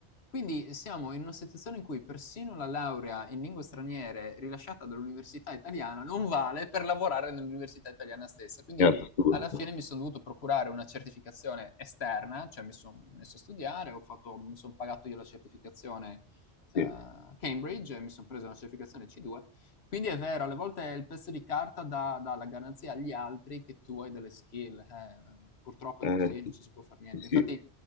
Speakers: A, on the left (about 65°); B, on the left (about 45°).
A: Quindi siamo in una situazione in cui persino la laurea in lingue straniere rilasciata dall'università italiana non vale per lavorare nell'università italiana stessa. Quindi
B: è assurdo,
A: alla fine mi sono dovuto procurare una certificazione esterna, cioè mi sono messo a studiare, ho fatto, mi sono pagato io la certificazione eh,
B: sì.
A: Cambridge e mi sono preso una certificazione C2 quindi è vero, alle volte il pezzo di carta dà, dà la garanzia agli altri che tu hai delle skill. eh, purtroppo
B: Eh,
A: è così, non
B: sì.
A: ci si può fare niente.
B: sì.
A: Infatti,